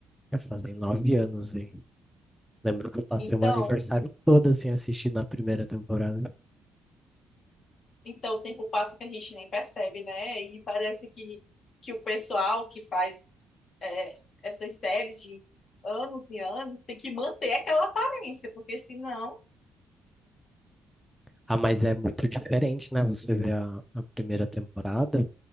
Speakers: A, in the centre; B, on the left.
A: já fazem nove anos aí. Lembro que eu passei
B: Então,
A: o meu aniversário todo assim assistindo a primeira temporada.
B: então o tempo passa que a gente nem percebe, né? E parece que, que o pessoal que faz é, essas séries de anos e anos tem que manter aquela aparência, porque senão,
A: Ah, mas é muito diferente, né? Você vê a, a primeira temporada,